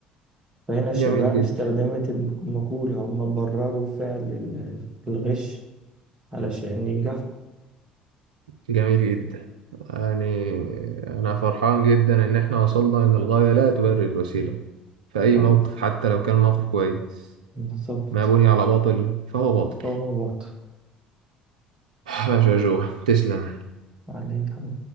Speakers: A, on the right; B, on the right.
A: فهنا الشباب
B: جميل جدا
A: استخدمت المقولة هم برروا فعل ال- الغش علشان ينجحوا
B: جميل جدا يعني أنا فرحان جدا إن إحنا وصلنا إن الغاية لا تبرر الوسيلة في أي
A: أيوه
B: موقف حتى لو كان موقف كويس
A: بالظبط
B: ما بني على باطل فهو باطل
A: هو باطل
B: <sighs> ماشي يا جو تسلم
A: عليه